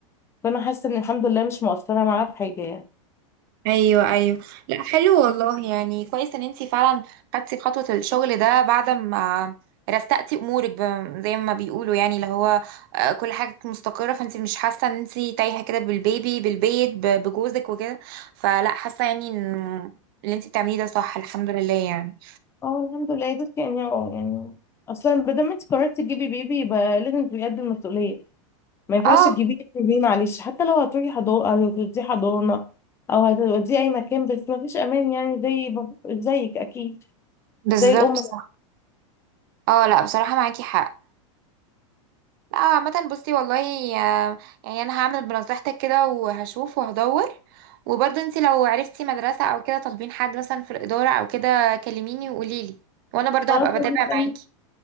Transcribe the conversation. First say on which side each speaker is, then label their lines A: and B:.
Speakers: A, on the left (about 15°); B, on the right (about 45°).
A: فانا حاسه ان الحمد لله مش مؤثره معاها في حاجه يعني
B: ايوه ايوه لا حلو والله يعني كويس ان انتي فعلا خدتي خطوه الشغل ده بعد ما رستقتي امورك ب- زي ما بيقولوا يعني اللي هو آه، كل حاجه كانت مستقره فانتي مش حاسه ان انتي تايهه كده بالبيبي بالبيت ب- بجوزك وكده فلا حاسه يعني ان اللي انتي بتعمليه ده صح الحمد لله يعني
A: اه الحمد لله بس يعني اه يعني اصلا بدل ما دام انت قررتي تجيبي بيبي يبقى لازم تبقي قد المسؤوليه ما ينفعش
B: اه
A: تجيبيه تسيبيه معلش حتى لو هتروحي حضانه هتوديه حضانه او هتوديه اي مكان بس ما فيش امان يعني زي زيك اكيد
B: بالظبط
A: زي الام
B: صح اه لا بصراحه معاكي حق لا عامة بصي والله آه، يعني انا هعمل بنصيحتك كده وهشوف وهدور وبرضه انت لو عرفتي مدرسة او كده طالبين حد مثلا في الإدارة او كده كلميني وقوليلي وانا برضه
A: خلاص
B: هبقى
A: هسألك
B: بتابع معاكي